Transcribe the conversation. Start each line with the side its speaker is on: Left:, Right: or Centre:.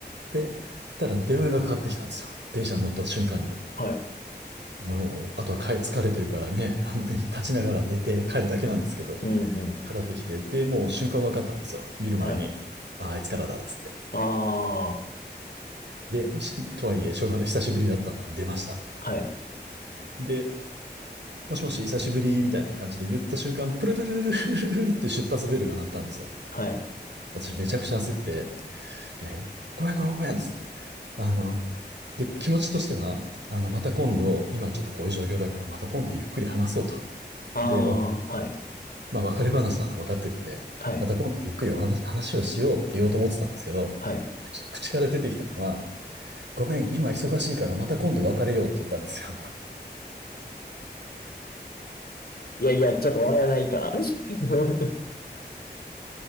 Right: て、たら電話がかかってきたんですよ。電車に乗った瞬間に。
Left: はい。
Right: もう、あとは帰、疲れてるからね、あの、電車立ちながら寝て帰るだけなんですけど、
Left: うんうん。
Right: かかってきて、で、もう瞬間分かったんですよ。見る前に。
Left: はい。
Right: ああ、あいつからだっつって。
Left: ああ。
Right: で、しとはいえ、しょうがない。久しぶりだったので出ました。
Left: はい。
Right: で、もしもし、久しぶりみたいな感じで言った瞬間、プルルルルルルルルって出発ベルが鳴ったんですよ。
Left: はい。
Right: 私めちゃくちゃ焦って、えーごめんごめんごめんっつって。あの、で、気持ちとしては、あの、また今度、今ちょっとこういう状況だから、また今度ゆっくり話そうと。
Left: あ
Right: で、まあ
Left: あ。はい。
Right: まあ、別れ話なのは分かってるんで、
Left: はい。
Right: また今度ゆっくりお話、話をしようって言おうと思ってたんですけど、
Left: はい。
Right: 口、口から出てきたのは、ごめん、今忙しいからまた今度別れようって言ったんですよ。
Left: いやいや、ちょっと笑えないから。<laughs>